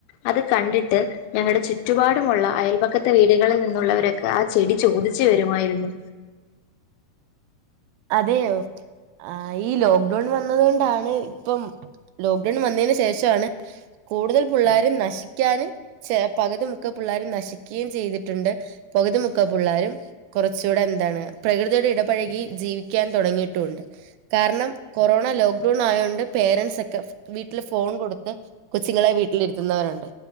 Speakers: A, on the left; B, on the right.
A: അത് കണ്ടിട്ട് ഞങ്ങളുടെ ചുറ്റുപാടുമുള്ള അയൽപക്ക വീടുകളിൽ നിന്നുള്ളവരൊക്കെ ആ ചെടി ചോദിച്ചു വരുമായിരുന്നു
B: അതെയോ ആഹ് ഈ ലോക്ക്ഡൌൺ വന്നത് കൊണ്ടാണ് പ്പം ലോക്ക്ഡൌൺ വനന്നേയ്ന് ശേഷാണ് കൂടുതൽ പിള്ളേര് നശിക്കാനും ച പകുതി മുക്ക പിള്ളാരും നശിക്കുകയും ചെയ്തിട്ടുണ്ട് പകുതി മുക്ക പിള്ളാരും കുറച്ചുടെ എന്താണ് പ്രകൃതിയോട് ഇടപഴകി ജീവിക്കാൻ തുടങ്ങിയിട്ടുണ്ട് കാരണം കൊറോണ ലോക്ക്ഡൌൺ ആയോണ്ട് പേരൻറ്സൊ ക്കെ വീട്ടില് ഫോൺ കൊടുത്ത് കൊച്ചുങ്ങളെ വീട്ടിലിരുത്തുന്നവരുണ്ട്